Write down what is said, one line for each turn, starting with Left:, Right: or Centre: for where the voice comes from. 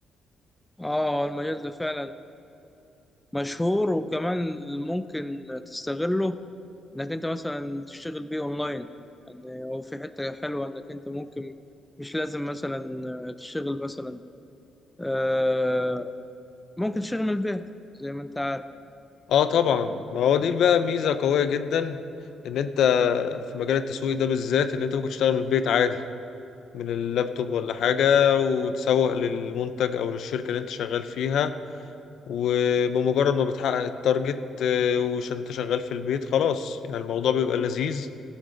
Centre: اه المجال ده فعلا مشهور وكمان ممكن تستغله انك انت مثلا تشتغل بيه اونلاين يعني هو في حتة حلوة انك انت ممكن مش لازم مثلا آه، تشتغل مثلا آه، ممكن تشتغل من البيت زي ما انت عارف
Left: اه طبعا ما هو دي بقى ميزة قوية جدا ان انت في مجال التسويق ده بالذات ان انت ممكن تشتغل من البيت عادي من اللابتوب ولا حاجة وتسوق للمنتج او للشركة اللي انت شغال فيها وبمجرد ما بتحقق التارجت آه، وش انت شغال في البيت خلاص يعني الموضوع بيبقى لذيذ